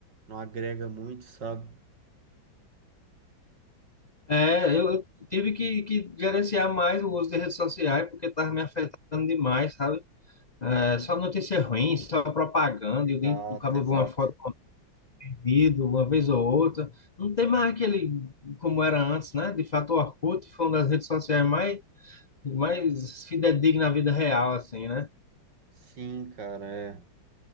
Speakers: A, on the right; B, on the left.
A: não agrega muito, sabe?
B: É, eu eu tive que, que gerenciar mais o uso de redes sociais porque estava me afetando demais, sabe? É, só notícia ruim, só propaganda.
A: Exato,
B: E o dia- o cabo
A: exato.
B: vê uma foto perdido uma vez ou outra. Não tem mais aquele como era antes, né? De fato, o Orkut foi uma das redes sociais mais, mais fidedigna à vida real, assim, né?
A: Sim, cara, é.